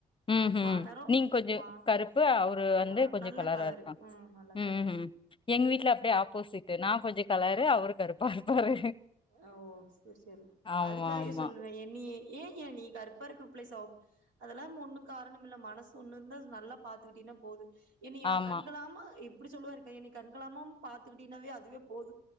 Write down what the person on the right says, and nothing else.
மாநெறோ
மா
ஆ
நல்ல
கலரு
ம் நல்ல
கலரு
ஓ செரி செரி
அதுக்காகவே
சொல்லுவே என் நீ ஏயா நீ கருப்பாக்கற புள்ளய செவப் அதெல்லா ஒண்ணு காரணம் இல்ல மனசு ஒண்ணு இருந்தா நல்லா பாத்துக்கிட்டீன்னா போது என்னிய
கண்கலாம இப்டி சொல்லுவாருக்கா என்னி கண்கலாம பாத்துக் கிட்டினாவே அதுவே போது